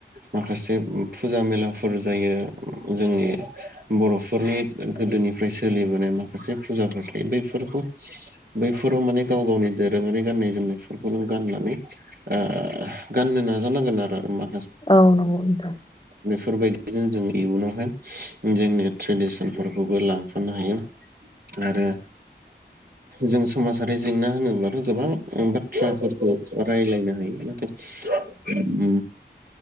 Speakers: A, on the right; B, on the left.
A: माखासे फुजा मेलाफोर जायोबा जोंनि बर' नख'रनि गोदोनिफ्राय सोलिबोनाय मा माखासे फुजाफोर थायो बैफोरखौ बैफोराव नै गाव गावनि धोरोमङारि गाननाय जोमनायफोरखौ गाननानै ओ गाननो नाजानांगोन आरो मा
B: औ नंगौ नोथां
A: बेफोरबायदिजों जों इयुनावहाय जोंनि ट्रेडिसनफोरखौबो लांफानो हायो आरो जों समाजाव आरो जेंना होनोब्लाथ' गोबां बाथ्राफोरबो। रायलायनो हायो नाथाय ओ